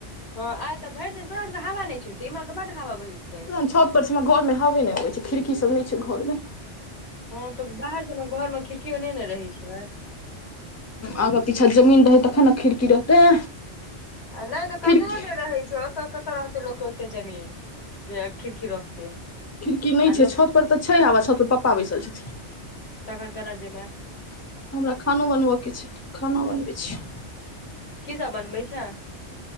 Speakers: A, on the left; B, on the left.
A: हँ आइ तऽ भरि दिनोरा सबके हा छड़तै इमहर बड हवा बही छै।
B: छतप पर छी हमरा घरमे हवे नहि अबइ छै खिड़की सभ नहि छै घर मे
A: हँ तऽ बाहर से घर मे खिड़कियो नहि ने रहै छै।
B: आगर पीछा जमीन रहै तखन ने खिड़की रहतै
A: आ नहि तऽ ककरो
B: खिड़की
A: नहि रहै छै। ओतऽ कतऽ रहते लोक ओते जमीन जे खिड़की रहतै।
B: खिड़की नहि
A: आ
B: छै
A: लोक
B: छतपर तऽ छै हबा छतपर पप्पा बैसल छथिन।
A: तखन केना जेमे।
B: हमरा खानो बनब के छै खाना बनबै छी
A: कि सभ बनबै छै